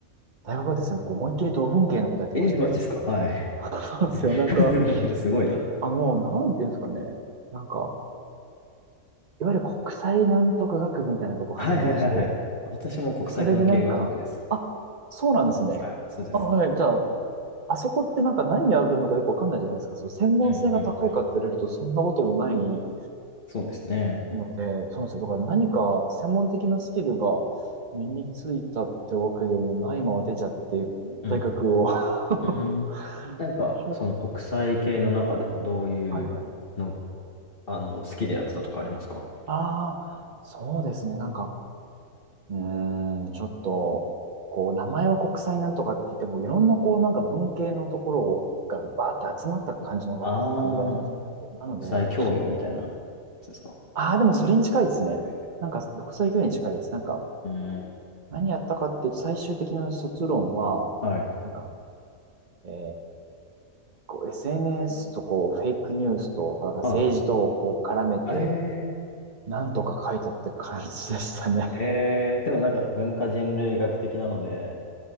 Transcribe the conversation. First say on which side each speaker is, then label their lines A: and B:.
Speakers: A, on the right; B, on the left.
A: 大学はですね、僕思いっきり土文系のことやってまして。
B: えー、マジですかはい。
A: そうなんですよ。
B: <laughs>
A: なんか、
B: すごいな。
A: あのもう、なんていうんですかね。なんか、いわゆる国際なんとか学部みたいなとこ入りまして、
B: はいはいはいはい。私も国際関係学部です。
A: で、それでなんか、あ、そうなんですね。
B: はい、そうです。
A: あ、はい。じゃあ、あそこってなんか何やるのかよくわかんないじゃないですか。そう、専門性が高いかって言われるとそんなこともない
B: うんうんうんそうですね。
A: ので、そうなんですよ。だから何か専門的なスキルが身についたってわけでもないまま出ちゃって、
B: うん。
A: 大学を。<laughs> そ
B: うんなんか、
A: う。
B: その国際系の中でもどういうの、
A: <laughs> はいはい。
B: あの、好きでやってたとかありますか
A: ああ、そうですね。なんか、うーん、ちょっと、こう、名前は国際なんとかって言っても、いろんな、こう、なんか文系のところがバーって集まった感じの学部だったんですよ。
B: ああー、
A: なので、
B: 国際教養みたいなやつですか。
A: ああー、でもそれに近いですね。
B: はいはい
A: なんか、国際教育に近いです。なんか、
B: うん
A: 何やったかっていうと、最終的な卒論は、
B: はい。
A: なんか、えー、こう SNS とこう、フェイクニュースと、なんか政治とこう、
B: は
A: 絡めて、
B: い。ええ
A: なんとか書いたって感じでしたね。
B: えー、でもなんか文化人類学的なので、